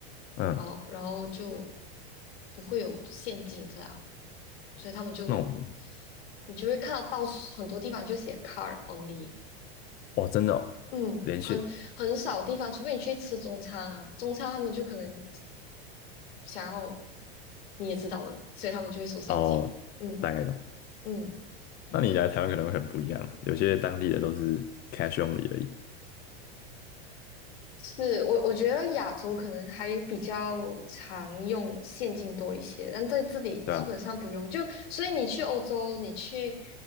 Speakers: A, on the left (about 30°); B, on the left (about 75°).
A: 嗯，
B: 然后然后就不会有现金这样，所以他们就
A: 那我们
B: 你就会看到到处很多地方就写 car only，
A: 哦，真的哦，
B: 嗯，
A: 连线
B: 很很少地方，除非你去吃中餐啊，中餐他们就可能想要你也知道的，所以他们就会收现金。
A: 哦，
B: 嗯
A: 大概懂。
B: 嗯，
A: 那你来台湾可能会很不一样，
B: 对，
A: 有些当地的都是 cash only 而已，
B: 是我，我觉得亚洲可能还比较常用现金多一些，但在这里基本上不用。
A: 对啊，
B: 就所以你去欧洲，你去